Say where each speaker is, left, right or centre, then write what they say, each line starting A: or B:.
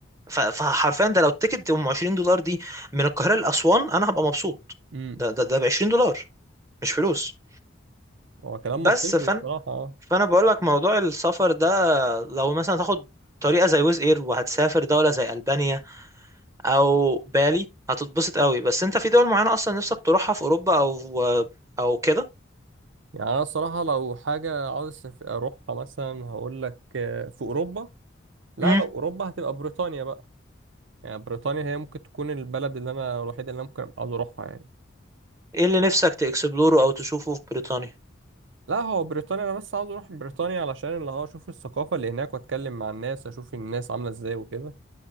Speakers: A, on the right; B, on the right.
A: ف... فحرفيا ده لو التيكت ام 20 دولار دي من القاهرة لأسوان انا هبقى مبسوط
B: امم
A: ده ده ده ب 20 دولار مش فلوس
B: هو كلام
A: بس
B: منطقي
A: فانا
B: الصراحة آه.
A: فانا بقول لك موضوع السفر ده لو مثلا تاخد طريقه زي ويز اير وهتسافر دوله زي البانيا او بالي هتتبسط قوي بس انت في دول معينه اصلا نفسك تروحها في اوروبا او او كده
B: يعني أنا الصراحة لو حاجة عاوز أسف- أروحها مثلا هقول لك آه، في أوروبا لا
A: امم
B: لو أوروبا هتبقى بريطانيا بقى يعني بريطانيا هي ممكن تكون البلد اللي أنا الوحيدة اللي أنا ممكن أبقى عاوز أروحها يعني
A: ايه اللي نفسك تاكسبلوره او تشوفه في بريطانيا
B: لا هو بريطانيا أنا بس عاوز أروح بريطانيا علشان اللي هو أشوف الثقافة اللي هناك وأتكلم مع الناس أشوف الناس عاملة إزاي وكده